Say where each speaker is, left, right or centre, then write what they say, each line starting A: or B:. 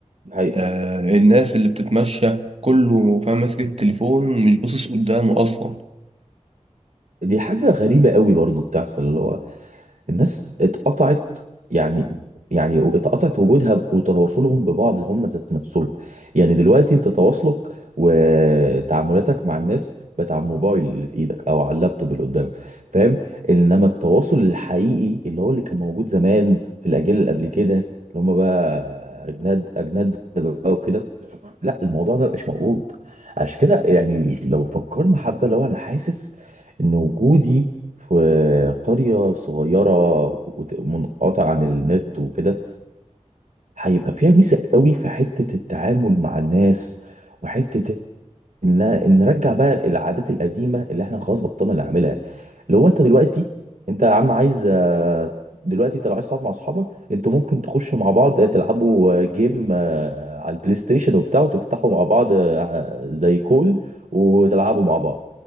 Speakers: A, on the right; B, on the right.
A: هي
B: آه الناس اللي بتتمشى كله فاهم ماسك التليفون مش باصص قدامه اصلا
A: دي حاجه غريبه قوي برضو بتحصل اللي هو الناس اتقطعت يعني يعني اتقطعت وجودها ب- وتواصلهم ببعض هم ذات نفسهم يعني دلوقتي انت تواصلك وتعاملاتك مع الناس بتاع الموبايل اللي في ايدك او على اللابتوب اللي قدامك فاهم انما التواصل الحقيقي اللي هو اللي كان موجود زمان في الاجيال اللي قبل كده اللي هم بقى اجناد اجناد بقى وكده لا الموضوع ده مبقاش موجود عشان كده يعني لو فكرنا حبة لو انا حاسس ان وجودي في قرية صغيرة وت- منقطعة عن النت وكده هيبقى فيها ميزة قوي في حتة التعامل مع الناس وحتة ان إن نرجع بقى العادات القديمة اللي احنا خلاص بطلنا نعملها اللي هو انت دلوقتي انت يا عم عايز آه، دلوقتي انت لو عايز تقعد مع اصحابك انتوا ممكن تخشوا مع بعض آه، تلعبوا آه، جيم آه، على البلاي ستيشن وبتاع وتفتحوا مع بعض آه، زي كول وتلعبوا مع بعض